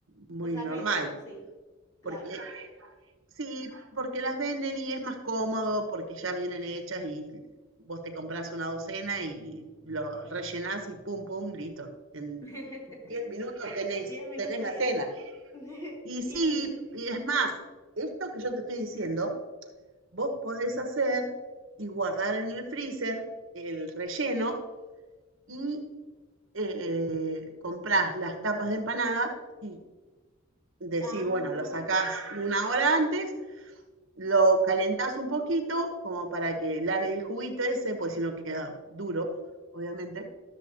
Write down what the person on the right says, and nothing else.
muy
normal.
Porque sí, porque las venden y es más cómodo, porque ya vienen hechas y vos te compras una docena y lo rellenás y pum, pum, listo. En
10 minutos
tenés,
tenés la
cena.
Y
sí, y es más, esto que yo te estoy diciendo vos podés hacer y guardar en el freezer el relleno y eh, comprás las tapas de empanada y decís,
bueno, lo sacás una hora antes, lo calentás un poquito como para que largue el juguito ese, pues si no queda duro, obviamente.